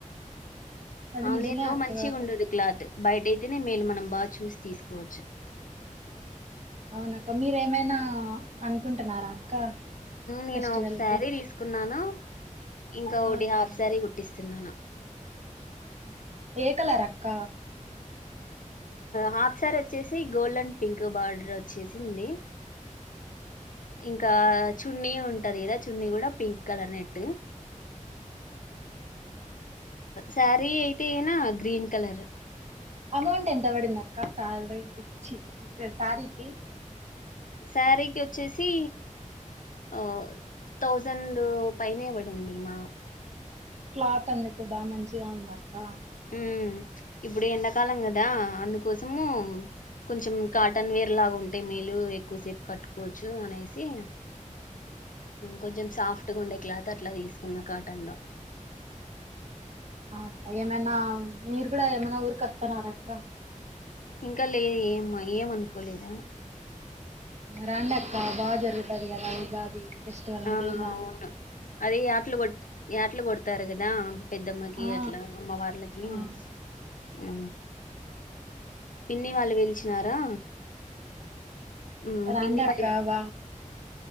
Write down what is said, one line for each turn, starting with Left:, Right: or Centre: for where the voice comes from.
Right: అది
Left: ఆలైన్
Right: నిజమే
Left: లో
Right: అక్క
Left: మంచిగా ఉండదు క్లాత్ బయటయి అనే మేల్ మనం బాగా చూసి తీసుకోవచ్చు
Right: అవున అక్క మీరేమైనా అనుకుంటున్నారా అక్క
Left: నేను
Right: ఫెస్టివల్
Left: ఒక సారీ
Right: కి
Left: తీసుకున్నాను ఇంకా
Right: ఆ
Left: ఒకటి
Right: అక్క
Left: హాఫ్ సారి కుట్టిస్తున్నాను
Right: ఏ కలర్ అక్క
Left: హాఫ్ సార్ వచ్చేసి గోల్డ్ అండ్ పింక్ బార్డర్ వచ్చేసింది ఇంకా చున్నీ ఉంటా ది గదా చున్నీ కూడా పింక్ కలర్ నెట్టు శారీ అయితే గిన గ్రీన్ కలర్
Right: అమౌంట్ ఎంత వాదిదక్క స్టాలరేట్ చి శారీకి
Left: శారీకి వచ్చేసి ఆ థౌజండ్ పైనేపాడిందిమ
Right: క్లాత్ అందుకు బా మంచిగా ఉందఅక్క
Left: మ్మ్ ఇప్పుడు ఎండకాలం కదా అందుకోసము కొంచెం కాటన్ వేర్ లాగా ఉంటే మేలు ఎక్కువసేపు కట్టుకోవచ్చు అనేసి కొంచెం సాఫ్ట్ ఉండే క్లాత్ అట్లా తీసుకున్న కాటన్ లో
Right: ఆ అక్క ఏమైనా మీరు కూడా ఏమైనా ఊరికి వస్తున్నారా అక్క
Left: ఇంకా లే ఏం అనుకోలేదు
Right: రండి అక్క బాగా జరుగుతది కదా ఉగాది ఫెస్టివల్ అంటే
Left: ఆ
Right: మా
Left: అవును అదే యాట్ల కొట్ యాట్ల కోడోతారు కదా పెద్దమ్మకి
Right: ఆ
Left: అట్లా అమ్మవార్లకి హు
Right: ఆ
Left: పిన్ని వాళ్ళు పిలిచినారా ఉమ్
Right: రండ
Left: పిన్ని
Right: అక్క
Left: వాళ్ళు
Right: వ